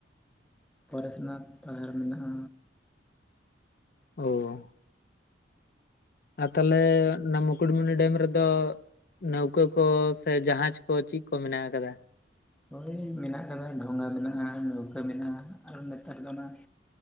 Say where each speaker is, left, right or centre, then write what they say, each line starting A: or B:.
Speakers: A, in the centre; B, on the left.
A: ᱯᱟᱨᱟᱥᱱᱟᱛᱷ ᱯᱟᱦᱟᱲ ᱢᱮᱱᱟᱜᱼᱟ᱾
B: ᱚᱻ ᱟᱨ ᱛᱟᱦᱚᱞᱮ ᱱᱟᱢᱩᱠ ᱢᱩᱠᱩᱴᱢᱩᱱᱤ ᱰᱮᱢ ᱨᱮᱫᱚ ᱱᱟᱹᱣᱠᱟᱹ ᱠᱚ ᱥᱮ ᱡᱟᱦᱟᱡᱽ ᱠᱚ ᱪᱮᱫ ᱠᱚ ᱢᱮᱱᱟᱜ ᱟᱠᱟᱫᱟ?
A: ᱦᱚᱭ ᱢᱮᱱᱟᱜ ᱟᱠᱟᱫᱟ ᱰᱷᱚᱸᱜᱟ ᱢᱮᱱᱟᱜᱼᱟ, ᱱᱟᱹᱣᱠᱟᱹ ᱢᱮᱱᱟᱜᱼᱟ ᱟᱨ ᱱᱮᱛᱟᱨ ᱫᱚ ᱚᱱᱟ